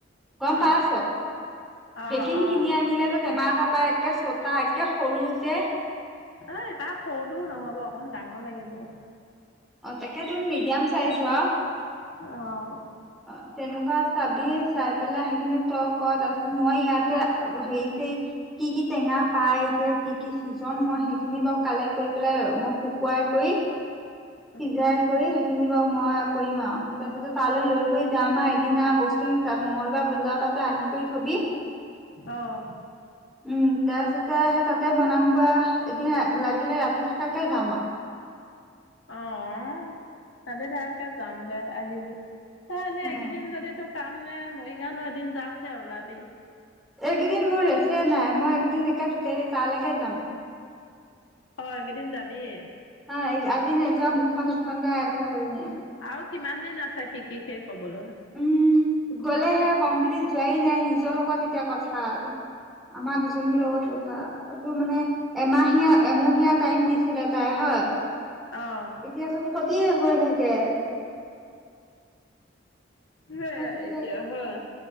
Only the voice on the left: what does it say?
অ
অ
অ।
অ বাক সৰুটোও নহব অকন ডাঙৰ লাগিব।
অ'
<inaudible>
অ',
অ', অহ, তাতে থাকাকে যাম দে, আহিবি। তা, মানে
এইকেইদিন যদি তোক কাম নাই মৰিগাঁও লৈ এদিন যাম দে ওলাবি।
হয়, এইকেইদিন যাবি এ।
আৰু কিমান দিন আছে শিকি শেক হ'বলৈ?
অ'
হা,
এতিয়া হয়।